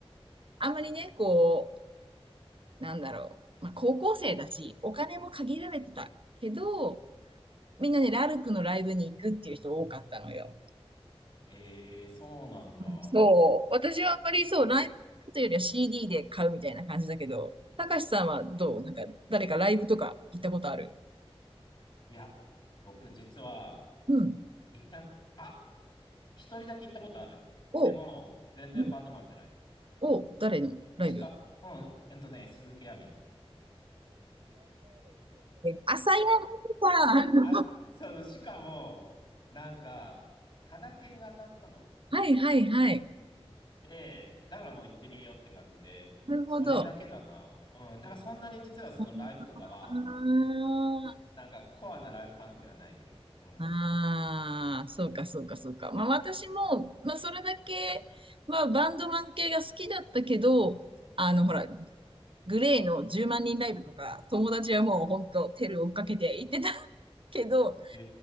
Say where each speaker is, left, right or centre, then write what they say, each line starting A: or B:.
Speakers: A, on the right; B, on the left.
A: あんまりね、こう、なんだろう、まあ、高校生だし、お金も限られてたけど、みんなね、ラルクのライブに行くっていう人多かったのよ。
B: えー、そうなんだ。
A: そう。私はあんまりそう、ライブというよりは CD で買うみたいな感じだけど、たかしさんはどうなんか、
B: あ、
A: 誰かライブとか行ったことある
B: いや、僕実は、
A: うん。
B: 行った、あ、一人だけ行ったことある。
A: お、
B: でも、全然バンドマンじゃない。
A: うんお、誰のライブ
B: しか、うん、えっとね、鈴木亜美。
A: 朝やさん。
B: あ、その、しかも、なんか、タダ券が当たったの。
A: <laughs> はいはいはい。
B: で、だからもう行ってみようって感じで、
A: なるほど。
B: それだけだな。うん。だからそんなに実はそのライブとかは、
A: ああ、
B: なんかコアなライブファンではないね。うん。
A: ああ、そうかそうかそうか。まあ私も、まあそれだけはバンドマン系が好きだったけど、あのほら、グレーの10万人ライブとか、友達はもう本当テル追っかけて行ってたけど、
B: へ